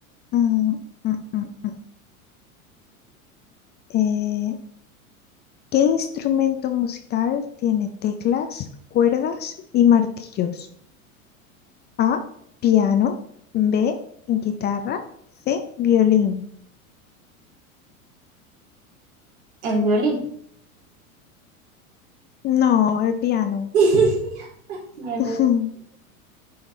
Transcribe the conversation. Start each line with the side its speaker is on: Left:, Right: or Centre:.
Left: Mm, mm, mm, mm. Eh, ¿qué instrumento musical tiene teclas, cuerdas y martillos? A, piano, B, guitarra, C, violín.
Right: El violín.
Left: No, el piano.
Right: <laughs> Ya
Left: <laughs>
Right: no.